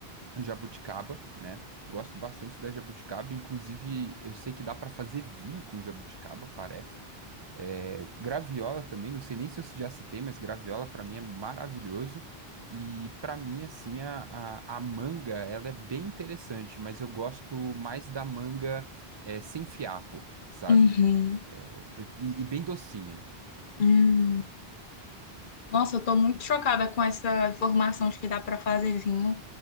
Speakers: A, on the right; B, on the left.
A: jabuticaba, né? Gosto bastante da jabuticaba, inclusive eu sei que dá pra fazer vinho com jabuticaba, parece. É, Graviola também, não sei nem se eu já citei, mas Graviola pra mim é maravilhoso. E pra mim, assim, a, a, a manga, ela é bem interessante, mas eu gosto mais da manga é, sem fiapo, sabe?
B: Uhum.
A: Por- E, e bem docinha.
B: Hum. Nossa, eu tô muito chocada com essa informação de que dá para fazer vinho